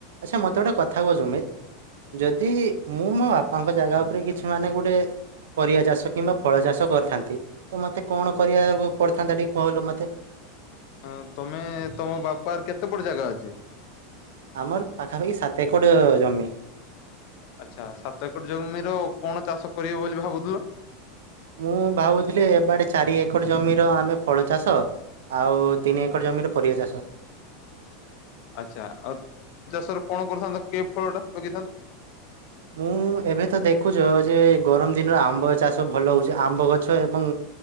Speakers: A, on the right; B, on the left.
A: ଆଚ୍ଛା ମୋତେ ଗୋଟେ କଥାକୁହ ଜୁମିତ? ଯଦି ମୁଁ ମୋ ବାପାଙ୍କ ଜାଗା ଉପରେ କିଛି ମାନେ ଗୋଟେ ପରିବା ଚାଷ କିମ୍ବା ଫଳ ଚାଷ କରିଥାନ୍ତି ତ ମୋତେ କଣ କରିବାକୁ ପଡିଥାନ୍ତା ଟିକେ କହିଲ ମ ତେ।
B: ହଁ ତମେ ତମ ବାପାର କେତେ ବଡ ଜାଗା ଅଛି?
A: ଆମର ପାଖାପାଖି ସାତ ଏକଡ଼ ଜମି।
B: ଆଚ୍ଛା ସାତ ଏକର ଜମିର କଣ ଚାଷ କରିବ ବୋଲି ଭାବୁଥିଲ?
A: ମୁଁ ଭାବୁଥିଲି ଏବେଡ଼େ ଚାରି ଏକର ଜମିର ଆମେ ଫଳ ଚାଷ ଆଉ ତିନି ଏକର ଜମିରେ ପରିବା ଚାଷ
B: ଆଚ୍ଛା ଆଉ ଚାଷରେ କଣ କରଥାନ୍ତତା କେଏ ଫଳ ଟା ଲଗେଇଥାନ୍ତ?
A: ମୁଁ ଏବେ ତ ଦେଖୁଛ ଯେ ଗରମ ଦିନରେ ଆମ୍ବ ଚାଷ ଭଲ ହେଉଛି ଆମ୍ବ ଗଛ ଏବଂ